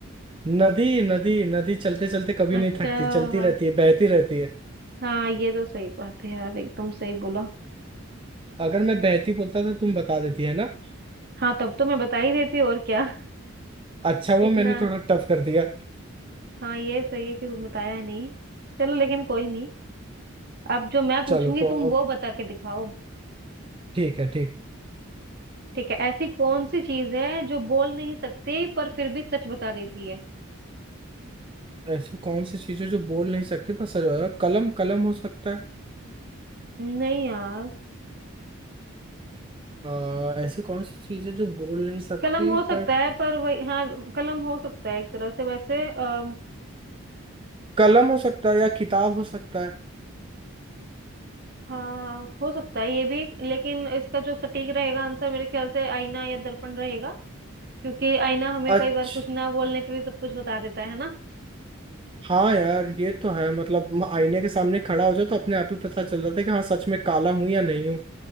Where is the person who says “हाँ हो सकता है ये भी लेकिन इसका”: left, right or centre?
Right